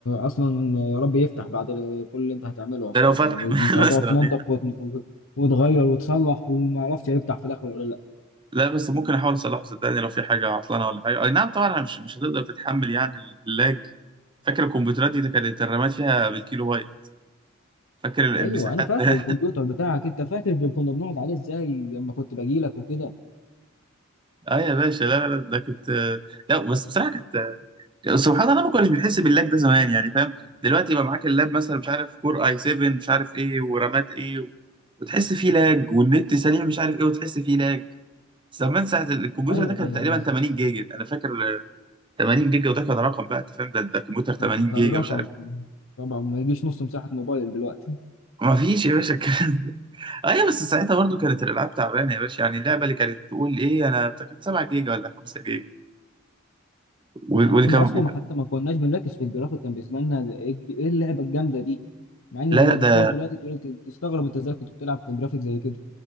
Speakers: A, on the left; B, on the right.
A: اصلا يا رب يفتح بعد ال- كل اللي انت هتعمله اصلا
B: ده لو فتح
A: يعني
B: <laughs>
A: انت هتقعد
B: مثلا
A: تنظف
B: يعني
A: وت- وتغير وتصلح وما عرفتش هيفتح في الاخر ولا لا
B: لا بس ممكن احاول اصلحه صدقني لو في حاجه عطلانه ولا حاجه اي نعم طبعا أنا مش مش هتقدر تتحمل يعني اللاج فاكر الكمبيوترات دي كانت الرامات فيها بالكيلو بايت فاكر المساحات
A: ايوه انا فاكر الكمبيوتر
B: <laughs>
A: بتاعك انت فاكر كنا بنقعد عليه ازاي لما كنت باجي لك وكده
B: اه يا باشا لا لا لا ده كانت لا بس بصراحه كانت يعني سبحان الله ما كناش بنحس باللاج ده زمان يعني فاهم دلوقتي يبقى معاك اللاب مثلا مش عارف كور اي 7 مش عارف ايه ورامات ايه و... وتحس فيه لاج والنت سريع مش عارف ايه وتحس فيه لاج زمان ساعة الكمبيوتر
A: ايوه
B: ده كان
A: طبعا
B: تقريبا 80 جيجا انا فاكر آه، 80 جيجا وده كان رقم بقى انت فاهم ده ده كمبيوتر 80
A: ك- كالرقم
B: جيجا مش عارف إيه.
A: طبعا ما يجيش نص مساحة موبايل دلوقتي
B: ما فيش يا باشا الكلام ده ايوه بس ساعتها برضو كانت الالعاب تعبانه يا باشا يعني اللعبه اللي كانت تقول ايه انا كانت 7 جيجا ولا 5 جيجا وال-
A: اه
B: واللي
A: احنا
B: كان
A: اصلا
B: وكان-
A: ما حتى ما كناش بنركز في الجرافيك كان بالنسبه لنا ده ايه الج- إيه اللعبه الجامده دي مع ان
B: لا
A: لما
B: لا ده
A: تبص لها دلوقتي تقول ت- تستغرب انت ازاي كنت بتلعب في جرافيك زي كده